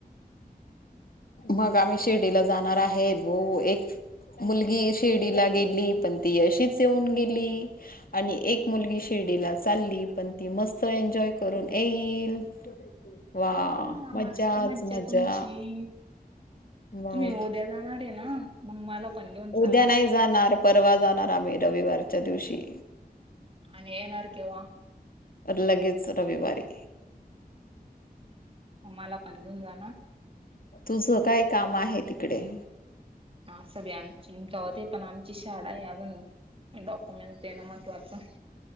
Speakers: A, on the left; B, on the right.
A: मग आम्ही शिर्डीला जाणार आहेत भाो एक मुलगी शिर्डीला गेली पण ती अशीच येऊन गेली. आणि एक मुलगी शिर्डीला चालली पण ती मस्त एन्जॉय करून येईल. वा
B: हा
A: मज्जाच
B: मस्त मज्जा
A: मजा
B: तुमची.
A: मग
B: तुम्ही उद्या जाणार आहे ना मग मला पण घेऊन चला
A: उद्या नाही
B: ना.
A: जाणार परवा जाणार, आम्ही रविवारच्या दिवशी
B: आणि ये नाारकेवा
A: लगेच रविवारी
B: हो मला पण घेऊन जा ना.
A: तुझ काय काम आहे तिकडे
B: असूद्या <unintelligible> पण आमची शाळा अजून डॉक्युमेंट देणं महत्वाचं.